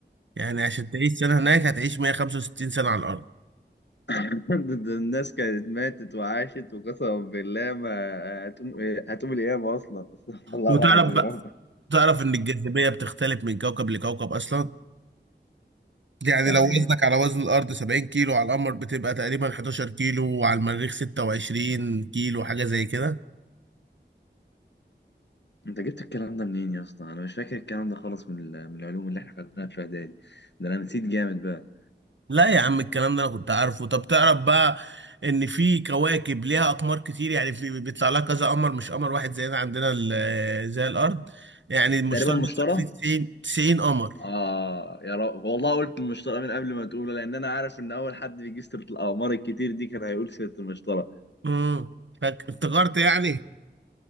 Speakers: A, on the right; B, on the left.
A: يعني عشان تعيش سنة هناك هتعيش 165 سنة على الأرض
B: <laughs> ده ده الناس كانت ماتت وعاشت وقسما بالله ما هتقوم إيه، هتقوم القيامة أصلا <laughs> استغفر الله
A: وتعرف
B: العظيم
A: بقى
B: يا رب
A: تعرف إن الجاذبية بتختلف من كوكب لكوكب أصلا يعني
B: يعني
A: لو وزنك
B: إيه؟
A: على وزن الأرض 70 كيلو على القمر بتبقى تقريبا 11 كيلو وعلى المريخ 26 كيلو حاجة زي كده
B: أنت جبت الكلام ده منين يا اسطى؟ أنا مش فاكر الكلام ده خالص من ال- من العلوم اللي إحنا خدناها في إعدادي ده أنا نسيت جامد بقى
A: لا يا عم الكلام ده انا كنت عارفه طب تعرف بقى ان في كواكب ليها اقمار كتير يعني في بيطلع لها كذا قمر مش قمر واحد زينا عندنا ال- آه، زي الارض يعني المشتري
B: تقريبا المشترى
A: بيطلع فيه 90 90 قمر
B: آه يا رب والله قلت المشترى من قبل ما تقوله لأن أنا عارف إن أول حد بيجيب سيرة الأقمار الكتير دي كان هيقول سيرة المشترى
A: امم فاك- افتكرت يعني